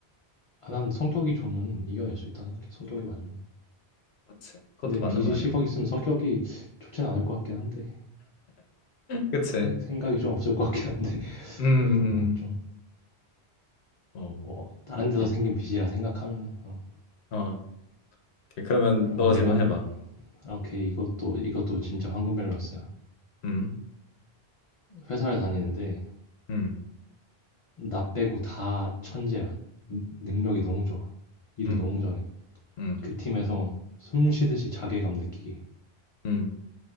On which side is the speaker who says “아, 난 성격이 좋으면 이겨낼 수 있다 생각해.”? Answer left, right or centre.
Left